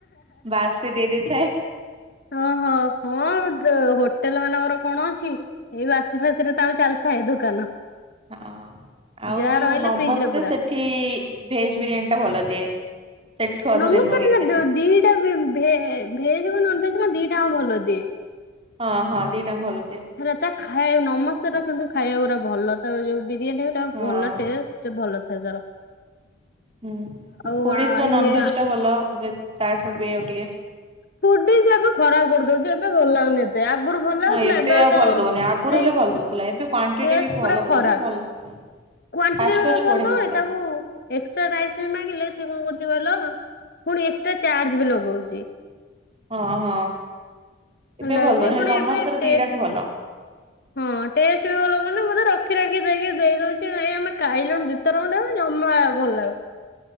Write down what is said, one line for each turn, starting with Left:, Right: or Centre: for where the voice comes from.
Right: ବାସି ଦେଇ ଦେଇଥାଏ।
Left: ଓହୋ ହଁ ତ ହୋଟ ହୋଟେଲ ମାନଙ୍କର କଣ ଅଛି ଏଇ ବାସି ଫାସିରେ ତ ଚାଲିଥାଏ ଦୋକାନ।
Right: ହଁ ଆଉ
Left: ଯାହା
Right: ଯୋଉ
Left: ରହିଲା
Right: ନମସ୍ତେ
Left: ଫ୍ରିଜ ରେ ପୁରା
Right: ସେଠି ଭେଜ ବିରିୟାନୀ ଟା ଭଲ। ଦିଏ। ସେଠୁ ଅଧିକ
Left: ନମସ୍ତେ
Right: ଦିନ ମଗେଇ
Left: ନା
Right: ଖାଇଦଉ
Left: ଦି ଦିଟା ଭେ ଭେଜ କ ନନଭେଜ୍ ଦିଟା ହ ଭଲ ଦିଏ।
Right: ହଁ ହଁ ଦିଟାଙ୍ଗ ଭଲ। ଦିଏ
Left: ହେରା ତ ଖାଇବାକୁ ନମସ୍ତେର କିନ୍ତୁ ଖାଇବାକୁ ପୁରା ଭଲ ତ ଏବେ ଯୋଉ ବିରିୟାନୀ ଗୁଡା
Right: ହଁ
Left: ଭଲ ଟେଷ୍ଟ ଭଲ ଥାଏ ତାର।
Right: ହୁ
Left: ଆଉ
Right: ଓଡ଼ିସିର
Left: ଆ ଇଏ
Right: ନନ୍ ଭେଜ୍ ଟା ଭଲ ବେ ଚାରଶହ ର ଟିକେ
Left: ଫୁଡି ସେ ଏବେ ଖରାପ କରିଦଉଛି। ଏବେ ଭଲ ଲାଗୁନି ଏବେ, ସେ ଆଗରୁ ଭଲ ଲାଗୁଥିଲା
Right: ହଁ
Left: ଏବେ ଆଉ ତାର
Right: ଭଲ
Left: ମାନେ
Right: ଦଉନି ଆଗରୁ ହେଲେ ଭଲ
Left: ଉ
Right: ଦଉଥିଲା ଏବେ କ୍ଵାଣ୍ଟିଟି
Left: ଟେଷ୍ଟ୍
Right: ବି ଭଲ
Left: ପୂରା
Right: ଦଉନି
Left: ଖରାପ।
Right: ଭଲ ଲାଗୁନି।
Left: କ୍ୱାଣ୍ଟିଟି
Right: ଫାଷ୍ଟ ଫାଷ୍ଟ
Left: ଭଲ
Right: ବଢିଆ ଦଉଥିଲା
Left: ହୁଏ ତାକୁ ଏକ୍ସଟ୍ରା ରାଇସ୍ ବି ମାଗିଲେ ସେ କଣ କରୁଛି କହିଲ, ପୁଣି ଏକ୍ସଟ୍ରା ଚାର୍ଜ ବି ଲଗଉଛି।
Right: ହଁ ହଁ
Left: ହେଲା
Right: ଏବେ ଭଲ
Left: ସେ
Right: ଦଉନି
Left: ପୁଣି
Right: ହେଲେ ନମସ୍ତେରେ
Left: ଏବେ ଟେ
Right: ଦିଟାଙ୍କ ଭଲ
Left: ହଁ ଟେଷ୍ଟ ବି ଭଲ କରୁନି ମୁଁ ସେଥିପାଇ ର ରଖି ରଖି ଦେଇକି ଦେଇ ଦଉଛି ନାଇଁ ଆମେ ଖାଇଲୁଣି ଦିଥର ଖଣ୍ଡେ ଜମା ଭଲ ଲାଗୁନି